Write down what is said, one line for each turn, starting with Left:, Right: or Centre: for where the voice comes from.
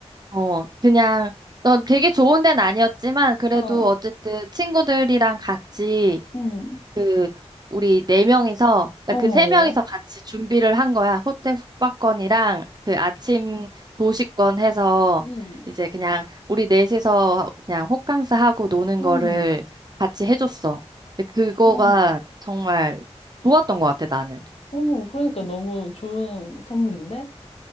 Right: 어, 그냥, 어, 되게 좋은 데는 아니었지만, 그래도
Left: 어,
Right: 어쨌든 친구들이랑 같이
Left: 응,
Right: 그 우리 네 명이서 그러니까
Left: 어,
Right: 그세 명이서
Left: 어,
Right: 같이 준비를 한 거야. 호텔 숙박권이랑 그 아침 도시권 해서
Left: 응,
Right: 이제 그냥 우리 넷이서 그냥 호캉스 하고 노는
Left: 응,
Right: 거를 같이 해줬어. 근데 그거가
Left: 어,
Right: 정말 좋았던 것 같아, 나는.
Left: 어 그러니까 너무 좋은 선물인데.